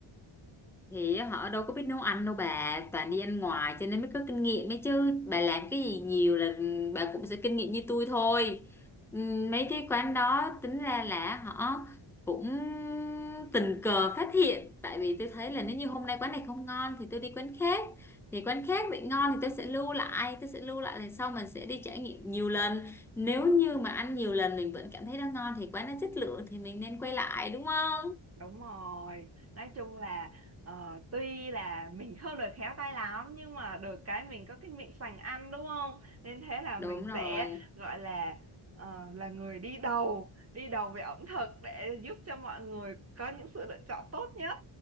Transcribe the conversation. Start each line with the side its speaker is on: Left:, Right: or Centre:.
Centre: thì họ đâu có biết nấu ăn đâu bà toàn đi ăn ngoài cho nên mới có kinh nghiệm ấy chứ bà làm cái gì nhiều là ừ, bà cũng sẽ kinh nghiệm như tôi thôi Ừm, mấy cái quán đó tính ra là họ cũng tình cờ phát hiện tại vì tôi thấy là nếu như hôm nay quán này không ngon thì tôi đi quán khác thì quán khác bị ngon thì tôi sẽ lưu lại tôi sẽ lưu lại lần sau mình sẽ đi trải nghiệm nhiều lần nếu như mà ăn nhiều lần mình vẫn cảm thấy nó ngon thì quán nó chất lượng thì mình nên quay lại đúng không
Right: Đúng rồi, nói chung là ờ, tuy là mình không được khéo tay lắm nhưng mà được cái mình có cái miệng sành ăn đúng không? Nên thế là
Centre: đúng
Right: mình
Centre: rồi
Right: sẽ gọi là ờ, là người đi đầu, đi đầu về ẩm thực để giúp cho mọi người có những sự lựa chọn tốt nhất.